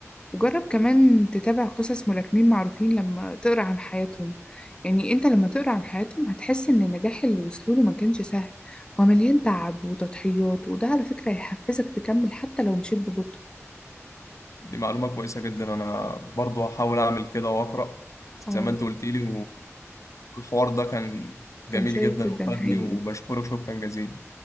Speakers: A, on the left (about 20°); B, on the left (about 80°).
A: وجرب كمان تتابع قصص ملاكمين معروفين لما تقرأ عن حياتهم يعني انت لما تقرأ عن حياتهم هتحس ان النجاح اللي وصلوا له ما كانش سهل هو مليان تعب وتضحيات وده على فكرة هيحفزك تكمل حتى لو مشيت ببطء
B: دي معلومة كويسة جدا انا برضو هحاول اعمل كده واقرا
A: اه
B: زي ما انت قلت لي والحوار ده كان جميل
A: كان شيق
B: جدا
A: جدا
B: وفادني
A: حقيقي
B: وبشكرك شكرا جزيلا